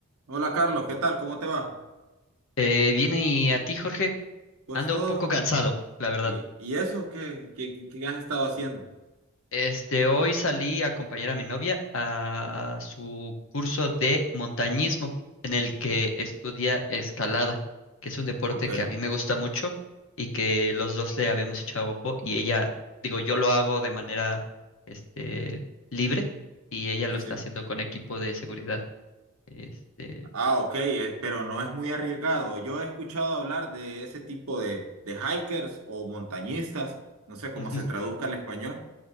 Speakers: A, on the right; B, on the left.
A: Hola Carlos, ¿qué tal? ¿Cómo te va?
B: Eh, viene y a ti, Jorge.
A: Pues
B: Ando
A: todo.
B: un poco cansado, la verdad.
A: ¿Y, y eso qué, qué, qué- qué has estado haciendo?
B: Este, hoy salí a acompañar a mi novia a su curso de montañismo, en el que estudia escalada, que es un deporte
A: Ok,
B: que a mí me gusta mucho y que los dos le habíamos echado ojo y ella, digo, yo lo hago de manera, este, libre y ella
A: sí,
B: lo está
A: sí.
B: haciendo con equipo de seguridad. Este,
A: Ah, ok, eh, pero no es muy arriesgado. Yo he escuchado hablar de ese tipo de, de hikers o montañistas, no sé cómo
B: ujú.
A: se traduzca al español,